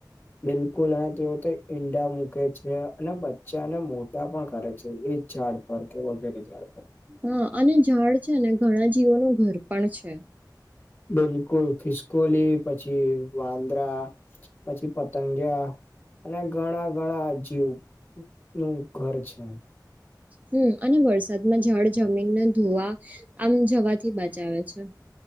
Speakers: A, on the left (about 25°); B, on the right (about 20°).
A: બિલકુલ અને તેઓ તો ઈંડા મૂકે છે અને બચ્ચાને મોટા પણ કરે છે એ ઝાડ <unintelligible>
B: હા અને ઝાડ છે ને ઘણા જીવોનું ઘર પણ છે.
A: બિલકુલ ખિસ્કોલી પછી વાંદરા. પછી પતંગિયા અને ઘણા ઘણા જી નું ઘર છે.
B: હમ અને વરસાદમાં ઝાડ જમીનને ધોવા આમ જવાથી બચાવે છે.